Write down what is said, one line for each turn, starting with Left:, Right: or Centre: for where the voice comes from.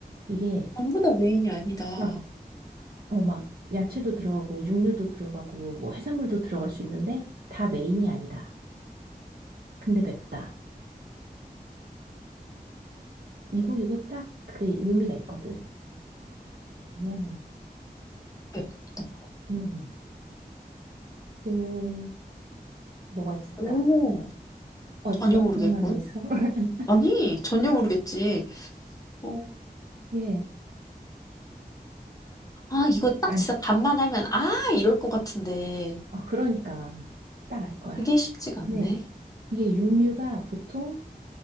Right: 이게
Left: 전부 다 메인이 아니다.
Right: 막, 어, 막 야채도 들어가고 육류도 들어가고 뭐 해산물도 들어갈 수 있는데 다 메인이 아니다. 근데 맵다. 이거 이거 딱 그게 의미가 있거든. 그러면
Left: 맵다.
Right: 음, 또 뭐가 있을까?
Left: 오,
Right: 어딨어?
Left: 전혀 모르겠군.
Right: 생각나는 거 있어? <laughs>
Left: 아니, 전혀 모르겠지. 어,
Right: 예.
Left: 아, 이거 딱
Right: 아니,
Left: 진짜 답만 하면, 아, 이럴 것 같은데.
Right: 아, 그러니까 딱 알 거야.
Left: 그게 쉽지가
Right: 네.
Left: 않네.
Right: 이게 육류가 보통